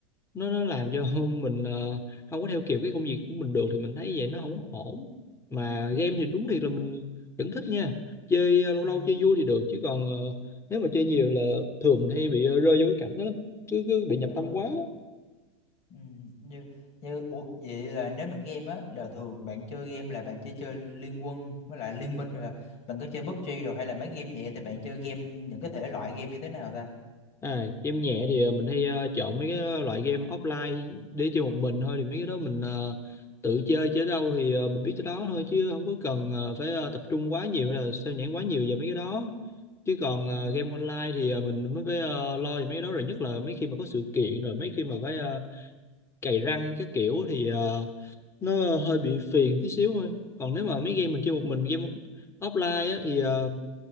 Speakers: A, on the left; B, on the left.
A: nó nó làm cho <laughs> mình ờ, không có theo kịp cái công việc của mình được thì mình thấy vậy nó không có
B: ừ
A: ổn mà game
B: ừ
A: thì đúng thiệt là mình vẫn thích nha chơi ờ, lâu
B: ừ,
A: lâu chơi vui thì được chứ còn ờ, nếu mà chơi nhiều là thường mình hay bị ờ, rơi vô cái cảnh đó lắm. cứ cứ bị nhập
B: đúng
A: tâm
B: rồi
A: quá á.
B: ừ như như ủa, vậy là nếu mà game á là thường bạn chơi game là bạn chỉ chơi Liên Quân với lại Liên Minh rồi là bạn có chơi PUBG rồi hay là mấy game nhẹ thì bạn chơi game những cái thể loại game như thế nào ta
A: à game nhẹ thì ờ, mình hay ờ, chọn mấy cái loại game offline để chơi một mình thôi thì mấy cái đó mình ờ, tự chơi chơi đâu thì ờ, mình biết tới đó thôi chứ không có cần ờ, phải ờ, tập trung quá nhiều hay là sao nhãng quá nhiều về mấy cái đó chứ còn ờ,
B: Ừ,
A: game online thì ờ, mình mới phải ờ, lo về mấy cái đó rồi nhất là mấy khi mà có sự kiện rồi mấy khi mà phải ờ, cày răng các kiểu thì ờ, nó hơi bị phiền tí xíu thôi còn nếu mà mấy game mình chơi một mình game offline á, thì ờ,